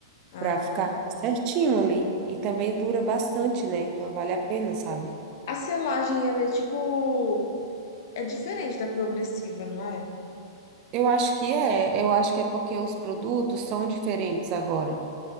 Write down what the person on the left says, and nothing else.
Ah,
tá.
A selagem, ela é tipo. É diferente da progressiva, não é?